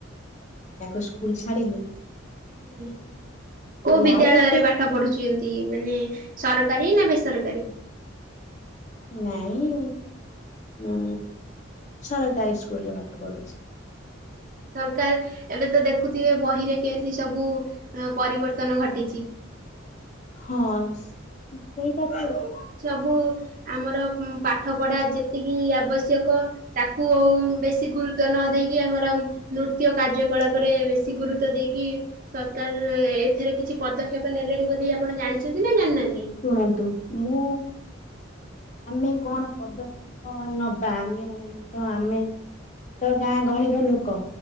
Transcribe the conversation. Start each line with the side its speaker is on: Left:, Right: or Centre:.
Left: ତାକୁ ସ୍କୁଲ ଛାଡ଼ିଲି।
Right: ଆଜ୍ଞା କୋଉ ବିଦ୍ୟାଳୟରେ
Left: ଆଉ ଗୋଟେ
Right: ପାଠ ପଢୁଛନ୍ତି ମାନେ ସର କାରୀ ନା ବେସରକାରୀ?
Left: ନାଇଁ। ଉଁ ସରକାରୀ ସ୍କୁଲରେ ପାଠ ପଢୁଛି।
Right: ସରକାର ଏବେ ତ ଦେଖୁଥିବେ ବହିରେ କେମିତି ସବୁ ପରିବର୍ତ୍ତନ ଘଟିଛି।
Left: ହଁ ସେଇଟାକୁ
Right: ସବୁ ଆମର ପାଠ ପଢା ଯେତିକି ଆବଶ୍ୟକ ତାକୁ ଉ ବେଶୀ ଗୁରୁତ୍ୱ ନ ଦେଇକି ଆମର ନୃତ୍ୟ କାର୍ଯ୍ୟକଳାପରେ ବେଶୀ ଗୁରୁତ୍ୱ ଦେଇକି ଶ୍ କାର ଏଥିରେ କିଛି ପଦକ୍ଷେପ ନେଲେଣି ବୋଲି ଆପଣ ଜାଣିଛନ୍ତି ନା ଜାଣିନାହାନ୍ତି?
Left: ଶୁଣନ୍ତୁ ମୁଁ ଆମେ କଣ ପଦକ୍ଷେପ ନବା ଆମେ ତ ଆମେ ତ ଗାଁ ଗହଳିର ଲୋକ